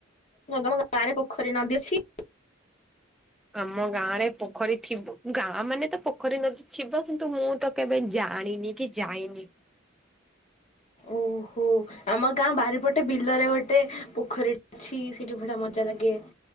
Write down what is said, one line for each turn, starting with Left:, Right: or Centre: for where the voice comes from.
Left: ନାଁ ତମ ଗାଁରେ ପୋଖରୀ ନଦୀ ଅଛି?
Centre: ଆମ ଗାଁରେ ପୋଖରୀ ଥିବ ଗାଁ ମାନେ ତ ପୋଖରୀ ନଦୀ ଥିବ କିନ୍ତୁ ମୁଁ ତ କେବେ ଜାଣିିନି କି ଯାଇନି।
Left: ଓହୋ ଆମ ଗାଁ ବାରିପଟେ ବିଲରେ ଗୋଟେ ପୋଖରୀ ଛି ସେଠି ଭଡ଼ା ମଜା ଲାଗେ